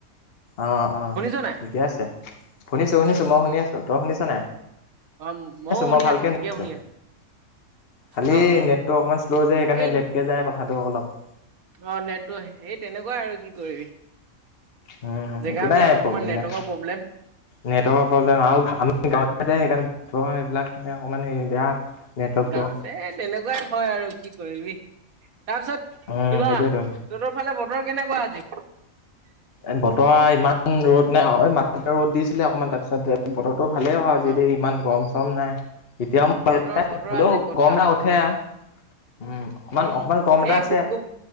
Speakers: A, on the left; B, on the right.
A: অ', অ'
B: শুনিছ নাই
A: ঠিকে আছে। শুনিছো শুনিছো মই শুনি আছো তই শুনিছ নাই।
B: অ' মইও শুনি
A: মই ভালকে
B: আছো, ঠিকে
A: শুনিছো
B: শুনি আছো।
A: খালি
B: অ অ
A: নেটটো অকণমান শ্ল' যে, সেইকাৰণে
B: এই
A: লেটকে যায় কথাটো অলপ।
B: অ', নেটটো সেই তেনেকুৱা আৰু কি কৰিবি।
A: উম উম।
B: জেগাবিলাক
A: একো নাই,
B: অকমান
A: প্ৰব্লেম
B: নেটৱৰ্কৰ
A: নাই,
B: প্ৰব্লেম
A: নেটৱৰ্কৰ প্ৰব্লেম আৰু আমি গাঁৱত থাকো যে, সেইকাৰণে এইবিলাক মানে অকণমান হেৰি বেয়া। নেটৱৰ্কটো
B: গাঁৱত হেই তেনেকুৱাই হয় আৰু কি কৰিবি, তাৰপিছত
A: উম
B: কিবা
A: সেইটোয়েতো
B: তহঁতৰ ফালে বতৰ কেনেকুৱা আজি?
A: এ বতৰা ইমান ৰ'দ নাই আৰু মাজতে ৰ'দ দিছিলে, অকণমান তাৰপিছত হেই বতৰ টো ভালেই আৰু আজি
B: অ
A: দেই, ইমান গৰম চৰম নাই তেতিয়াও মোৰ
B: বতৰ বতৰ
A: হ'লেও
B: আজি বতৰ
A: গম
B: আজি
A: এটা উঠে
B: ধুনীয়া
A: আৰু। উম, অকমান-অকমান
B: উম,
A: গৰম এটা
B: এই
A: আছে।
B: গুপ গুপ